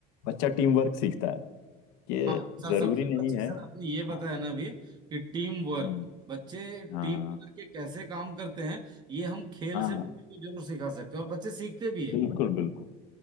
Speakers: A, on the left; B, on the right.
A: बच्चा टीम वर्क सीखता है कि
B: हाँ सर
A: जरूरी
B: सबसे
A: नहीं
B: अच्छी
A: है
B: सर आपने ये बताया
A: हाँ
B: ना अभी कि टीम वर्क
A: हम्म
B: बच्चे
A: हाँ
B: टीम बना के कैसे काम करते हैं ये हम खेल
A: हाँ
B: से बच्चे को जरूर सिखा सकते हैं और बच्चे सीखते भी है
A: बिल्कुल बिल्कुल